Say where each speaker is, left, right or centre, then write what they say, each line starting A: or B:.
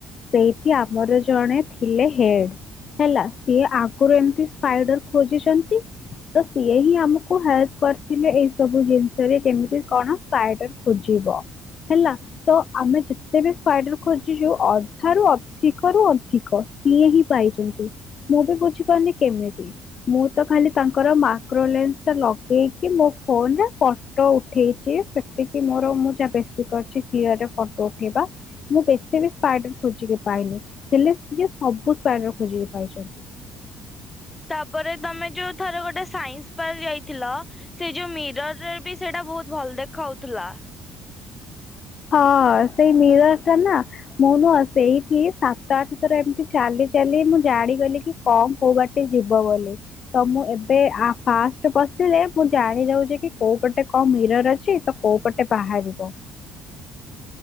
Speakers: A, on the left (about 45°); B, on the left (about 15°).
A: ସେଇଠି ଆମର ଜଣେ ଥିଲେ ହେଡ ହେଲା ସିଏ ଆଗରୁ ଏମତି ସ୍ପାଇଡର ଖୋଜିଛନ୍ତି ତ ସିଏ ହିଁ ଆମକୁ ହେଲ୍ପ କରିଥିଲେ ଏଇ ସବୁ ଜିନିଷରେ କେମତି କଣ? ସ୍ପାଇଡର ଖୋଜିବ ହେଲା ତ ଆମେ ଯେତେ ବି ସ୍ପାଇଡର ଖୋଜିଛୁ ଅଧାରୁ ଅଧିକରୁୁ ଅଧିକ ସିଏ ହିଁ ପାଇଛନ୍ତି ମୁଁ ବି ବୁଝିପାରୁନି କେମିତି ମୁଁ ତ ଖାଲି ତାଙ୍କର ମାଇକ୍ରୋଲେନ୍ସ ଟା ଲଗେଇକି ମୋ ଫୋନ ରେ ଫଟୋ ଉଠେଇଛି। ସେତିକି ମୋର ମୁଁ ଯାହା ବେଶୀ କରିଛିି ଫିଅରରେ ଫଟୋ ଉଠେଇବା ମୁଁ ବେଶୀ ବି ସ୍ପାଇଡର ଖୋଜିକି ପାଇନି ହେଲେ ସିଏ ସବୁ ସ୍ପାଇଡର ଖୋଜିକି ପାଇଛନ୍ତି।
B: ତାପରେ ତମେ ଯୋଉ ଥରେ ଗୋଟେ ସାଇନ୍ସ ପାର୍କ ଯାଇଥିଲ ସେ ଯୋଉ ମିରରରେ ବି ସେଇଟା ବହୁତ ଭଲ ଦେଖାହଉଥିଲା।
A: ହଁ ସେଇ ମିରର ଟା ନା ମୁଁ ନୁହ ସେଇଠି ସାତ ଆଠ ଥର ଏମିତି ଚାଲି ଚାଲି ମୁଁ ଜାଣିଗଲି କି କଣ କୋଉ ବାଟ ଯିବ ବୋଲି ତ ମୁଁ ଏବେ ଫାଷ୍ଟ ବସିଲେ ମୁଁ ଜାଣି ଯାଉଛି କି କୋଉ ପଟେ କଣ ମିରର ଅଛି ତ କୋଉ ପଟେ ବାହାରିବ।